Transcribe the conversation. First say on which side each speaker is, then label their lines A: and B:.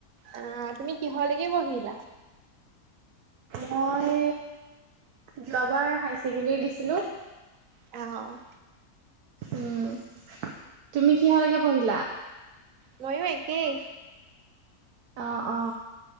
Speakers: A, on the right; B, on the right.
A: আহ তুমি কিহৰলৈকে পঢ়িলা?
B: মই যোৱাবাৰ হাই ছেকেণ্ডৰী দিছিলো।
A: অ'।
B: উম, তুমি কিহৰলৈকে পঢ়িলা?
A: মইয়ো একেই।
B: অ, অ।